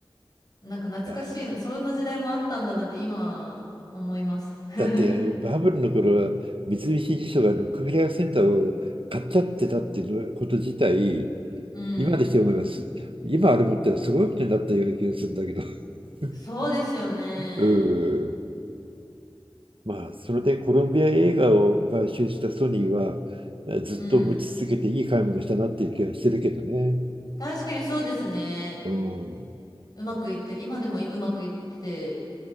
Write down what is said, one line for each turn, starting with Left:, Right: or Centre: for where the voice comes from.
Left: なんか懐かしいな、
Right: いや
Left: そんな時代もあったんだなって今思います。<laughs>
Right: だってバブルの頃は三菱地所がロックフェラーセンターを買っちゃってたっていうこと自体、
Left: うん。
Right: 今でして思います。今あれ持ったらすごいことになったような気がするんだけど。<laughs>
Left: そうですよね。
Right: うんまあ、それでコロンビア映画を買収したソニーは、ずっと持ち続けていい買い物したなっていう気はしてるけどね。
Left: うん。確かにそうですね。
Right: うん。
Left: うまくいって、今でもうまくいってて